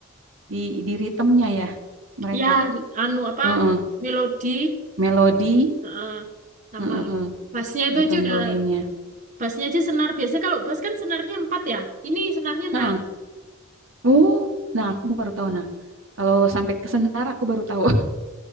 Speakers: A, on the right (about 70°); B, on the right (about 35°).
A: di di ritmenya ya mereka.
B: ya anu apa
A: Heeh
B: melodi
A: melodi
B: eh, sama
A: Heeh,
B: bassnya itu
A: ditonjolinnya.
B: aja udah bassnya aja senar biasanya kalau bass kan senarnya empat ya ini senarnya enam
A: Heeh. Oh, nah aku baru tahu nah. Kalau sampai ke senar aku baru tahu.